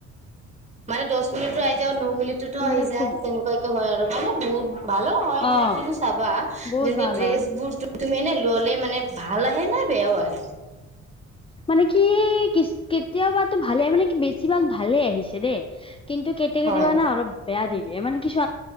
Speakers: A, on the right; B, on the left.
A: মানে দহ মিনিটো আহি যায়, ন মিনিটতো
B: এইবিলাক
A: আহি যায়,
B: খুব
A: তেনেকুৱাকে হয় আৰু মানে বহুত। ভালো হয় মানে
B: অ',
A: কিন্তু চাবা
B: বহুত
A: যেনেকে
B: ভাল
A: ড্ৰেছ
B: হয়।
A: বোৰ। তুমি এনে ল'লে মানে ভাল আহে নাই বেয়াও আহে?
B: মানে কি কেতিয়াবাতো ভালে মানে, কি বেছিভাগ ভালে আহিছে দেই। কিন্তু কেতিয়া, কেতিয়াবা
A: হয়
B: অলপ বেয়া দিয়ে। এই মানে কিছু